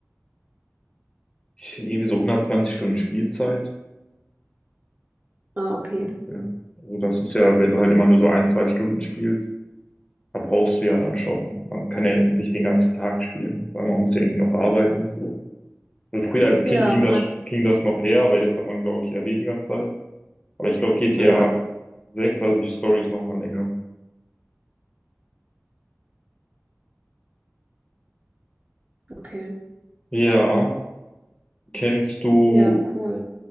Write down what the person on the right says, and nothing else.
Ah, okay.
Ja,
man
hat.
Ja,
okay.
Ja, cool.